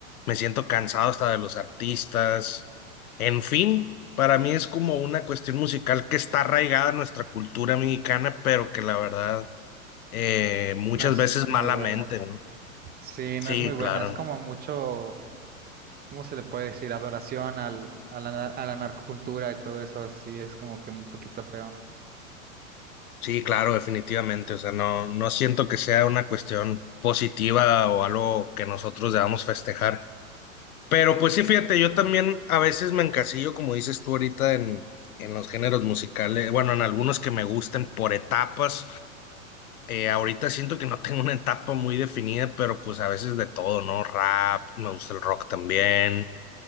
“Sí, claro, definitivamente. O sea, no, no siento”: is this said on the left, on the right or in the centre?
Left